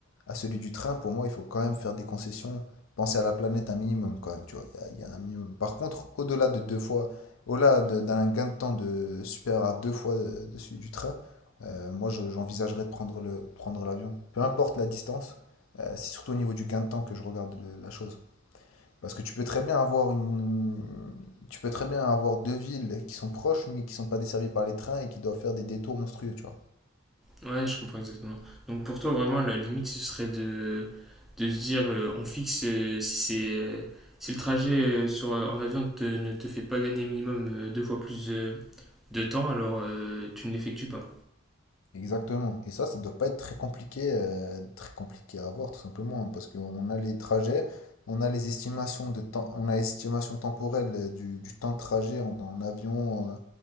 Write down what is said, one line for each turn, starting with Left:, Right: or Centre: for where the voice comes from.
Left: à celui du train, pour moi, il faut quand même faire des concessions, penser à la planète un minimum quand même, tu vois. Il y a- il y, a un minimum. Par contre, au-delà de deux fois, au-delà de- d'un gain de temps de supérieur à deux fois de, de celui du train, euh, moi, je- j'envisagerais de prendre le, prendre l'avion. Peu importe la distance, euh, c'est surtout au niveau du gain de temps que je regarde le- la chose. Parce que tu peux très bien avoir une, tu peux très bien avoir deux villes qui sont proches mais qui sont pas desservies par les trains et qui doivent faire des détours monstrueux, tu vois.
Centre: Ouais, je comprends exactement. Donc pour toi, vraiment, la limite, ce serait de, de se dire, euh, on fixe euh, si c'est... euh, si le trajet euh, sur, euh, en avion te- ne te fait pas gagner minimum euh, deux fois plus euh, de temps, alors euh, tu ne l'effectues pas.
Left: Exactement. Et ça, ça doit pas être très compliqué, euh, très compliqué à avoir tout simplement, hein, parce qu'on a les trajets, on a les estimations de temps, on a l'estimation temporelle euh, du, du temps de trajet en, en avion euh,